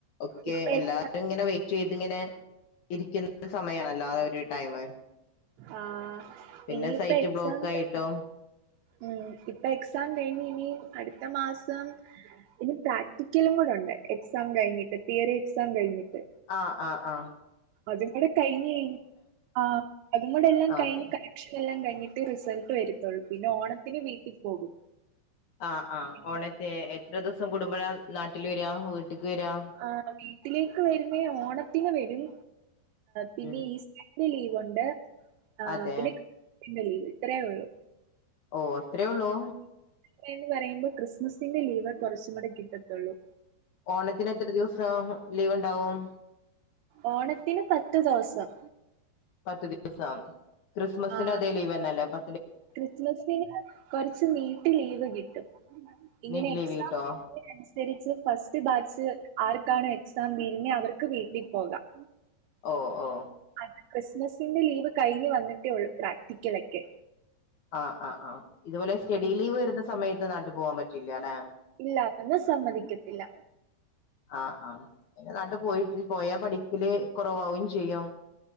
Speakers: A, on the left; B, on the right.
A: ഓക്കെ
B: ഇപ്പൊ
A: എല്ലാരും
B: എക്സാം
A: ഇങ്ങനെ വെയിറ്റ് ചെയ്ത് ഇങ്ങനെ ഇരിക്കുന്ന സമയണല്ലോ ആ ഒരു ടൈം
B: ആഹ
A: പിന്നെ
B: ഇനി ഇപ്പ
A: സൈറ്റ്
B: എക്സാം
A: ബ്ലോക്ക് ആയിട്ടും
B: ക ഉ ഇപ്പൊ എക്സാം കഴിഞ് ഇന അടുത്ത മാസം ഇനി പ്രാക്ടിക്കലും കൂടെ ണ്ട് എക്സാം കഴിഞ്ഞിട്ട് തിയറി എക്സാം കഴിഞ്ഞിട്ട്
A: ആഹ് ആഹ ആഹ
B: അതും കൂടെ കഴിഞ്ഞഞ് കഴി ആ അതും കൂടെ എല്ലാം
A: ആ
B: കഴിഞ്ഞ്
A: അതെ
B: കളക്ഷൻ എല്ലാം കഴിഞ്ഞു കിട്ട് റിസൾട്ട് വരുത്തുള്ളൂ പിന്നെ ഓണത്തിന് വീട്ടിൽ പോകും
A: ആഹ ആഹ്
B: ഇനി
A: ഓണത്തെ എത്ര ദിവസം കൂടുമ്പോഴ നാട്ടിൽ വരാ വീട്ടക്ക് വരാ
B: ആ വീട്ടിലേക്ക് വരുന്നേ ഓണത്തിന് വരും പിന്നെ
A: ഉം.
B: ഈസ്റ്ററിന്റെ ലീവ്ണ്ട് ആ
A: അതെ
B: പിന്നെ ലീവ് ഇത്രയേ ഉള്ളു
A: ഓ അത്രയേ ഉള്ളൂ
B: ത്രന്ന് പറയുമ്പോ ക്രിസ്മസിന്റെ ലീവ കുറച്ചും കൂടെ കിട്ടത്തുള്ളൂ
A: ഓണത്തിന് എത്ര ദിവസം ലീവ് ഉണ്ടാവും
B: ഓണത്തിന് പത്ത് ദിവസം
A: പത്ത്ദിവസം ക്രിസ്മസിന്
B: ആ
A: അതേ ലീവ് തന്നെ അല്ലേ പ
B: ക്രിസ്മസിന് കൊറച്ച് നീട്ടി ലീവ് കിട്ടും ഇങ്ങനെ
A: നീറ്റ്
B: എക്സാം
A: ലീവ് കിട്ടോ
B: അനുസരിച്ച് ഫസ്റ്റ് ബാച്ച് ആർക്കാണോ എക്സാം തീരുന്നേ അവർക്ക് വീട്ടിൽ പോകാം
A: ഓ ഓ
B: അത് ക്രിസ്മസിന്റെ ലീവ് കഴിഞ്ഞഞ് വന്നിട്ടേ ഉള്ളൂ പ്രാക്ടിക്കലക്കെ
A: ആ് ആ് ആ് ഇതുപോലെ സ്റ്റഡി
B: ഉം
A: ലീവ് വരുന്ന സമയത്ത് നാട്ടു പോവാൻ പറ്റില്ല അല്ലെ
B: ഇല്ലാതന്ന് സമ്മതിക്കത്തില്ല
A: ആഹ ആഹ് എന്ന നാട്ടു പോയിട്ട് പോയാ പഠിക്കല് കുറവാാവും ചെയ്യും